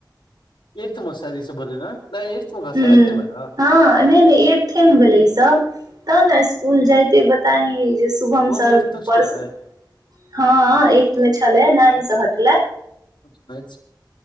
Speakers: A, on the left; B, on the right.
A: एर त मस दस बरले ने नहि एट्थ मे कहाँ
B: ह्म्म
A: सेवेंथे मे ने
B: हँ नहि नहि एथेमे भेलै इसभ तब ने स्कूल जाते बताही जे शुभम स
A: एट्थ तक
B: ऊपर
A: छलै
B: स हँ एथ मे छलै नाइनसँ हटले
A: अछि